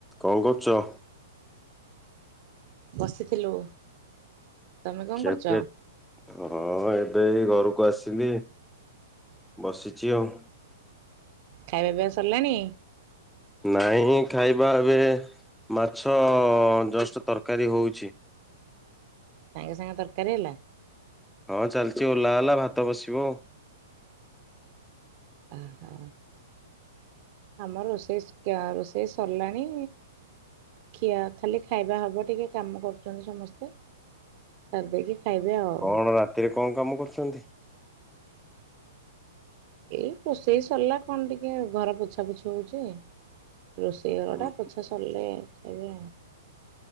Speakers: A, in the centre; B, on the right.
A: କଣ କରୁଚ?
B: ବସିଥିଲୁ। ତମେ କଣ
A: ଖିଆ
B: କରୁଛ?
A: ପିଆ? ହଁ ଏବେ ଏଇ ଘରକୁ ଆସିଲି, ବସିଚି ଆଉ।
B: ଖାଇବା ପିଇବା ସରିଲାଣି?
A: ନାଇଁ ଖାଇବା ଏବେ ମାଛ ଜଷ୍ଟ ତରକାରୀ ହଉଚି।
B: ସାଙ୍ଗେ ସାଙ୍ଗେ ତରକାରୀ ହେଲା?
A: ହଁ ଚାଲିଚି ଓଲ୍ହା ହେଲା ଭାତ ବସିବ
B: ଆହା। ଆମ ରୋଷେଇ ରୋଷେଇ ସରିଲାଣି ଖିଆ ଖାଲି ଖାଇବା ହବ ଟିକେ କାମ କରୁଛନ୍ତି ସମସ୍ତେ ସାରି ଦେଇକି ଖାଇବେ ଆଉ।
A: କଣ ରାତିରେ କଣ କାମ କରୁଛନ୍ତି?
B: ଏଇ ରୋଷେଇ ସରିଲା କଣ ଟିକେ ଘର ପୋଛା ପୋଛି ହଉଛି। ରୋଷେଇ ଘରଟା
A: ହୁଁ।
B: ପୋଛା ସରିଲେ ଖାଇବା।